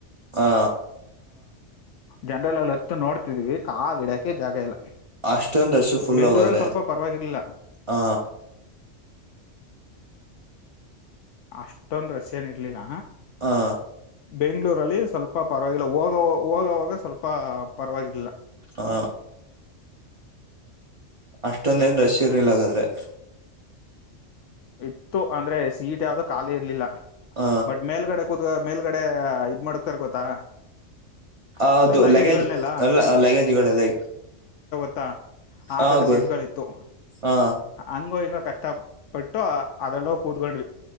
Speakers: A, on the right; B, on the left.
A: ಹಾ
B: ಜನರಲ್ಲೆಲ್ಲಿ ಹತ್ತು ನೋಡ್ತಿದೀವಿ ಕಾಲು ಇಡಾಕೆ ಜಾಗ ಇಲ್ಲ
A: ಅಷ್ಟೊಂದ್ ರಶ ಫುಲ್
B: ಬೆಂಗ್ಳೂರಲ್ಲಿ
A: ಹೋಗದ್ರೆ
B: ಸ್ವಲ್ಪ ಪರವಾಗಿರ್ಲಿಲ್ಲ
A: ಹ
B: ಅಷ್ಟೊಂದ ರಷ ಏನ್ ಇರ್ಲಿಲ್ಲ
A: ಹಾ
B: ಬೆಂಗಳೂರಲ್ಲಿ ಸ್ವಲ್ಪ ಪರವಾಗಿಲ್ಲ ಹೋಗ ಹೋಗವಾಗ ಸ್ವಲ್ಪ ಪರವಾಗಿರಲಿಲ್ಲ
A: ಹ ಅಷ್ಟೊಂದ ಏನ್ ರಶೀ ಇರ್ಲಿಲ್ಲ ಹಾಗಾದ್ರೆ
B: ಇತ್ತು ಅಂದ್ರೆ ಸೀಟ್ ಯಾವ್ದೋ ಖಾಲಿ ಇರ್ಲಿಲ್ಲ
A: ಹ
B: ಬಟ್ ಮೇಲ್ಗಡೆ ಕೂತ ಮೇಲ್ಗಡೆ ಇದ್ ಮಾಡತರ್ ಗೊತ್ತಾ
A: ಹೌದು
B: ಲಗೇಜ್ಗಳನೆಲ್ಲ
A: ಲಗೇಜ್ ಅಲ್ಲ ಲಗೇಜ್ಗಳೆಲ್ಲ
B: ತ್ತ ಆತರ
A: ಹಾಗು
B: ಸೀಟ್ಗಳ ಇತ್ತು
A: ಹಾ
B: ಹಂಗೋ ಹಿಂಗೋ ಕಷ್ಟ ತಪ್ಪಿಟ್ ಟ ಅದ್ರಲ್ಲಿ ಹೋಗಿ ಕೂತ್ಕೊಂಡ್ವಿ